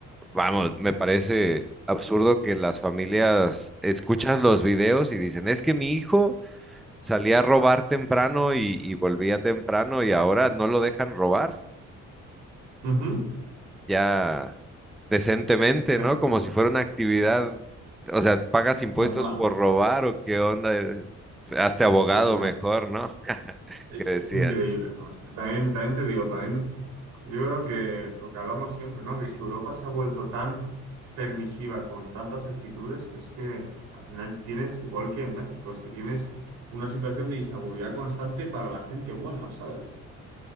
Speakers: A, in the centre; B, on the right.
A: vamos, me parece absurdo que las familias escuchan los videos y dicen, es que mi hijo salía a robar temprano y, y volvía temprano y ahora no lo dejan robar
B: Ujú,
A: ya decentemente,
B: claro,
A: ¿no? Como si fuera una actividad, o sea, pagas impuestos
B: normal.
A: por robar o qué onda, Eh, hazte
B: Sí,
A: abogado
B: sí, no
A: mejor,
B: es.
A: ¿no? <laughs>
B: Es,
A: Que decía.
B: es increíble, ¿no? También, también te digo, también yo creo que lo que hablamos siempre, ¿no? Que es que Europa se ha vuelto tan permisiva con tantas actitudes que es que al final tienes, igual que en México, es que tienes una situación de inseguridad constante para la gente buena, ¿sabes?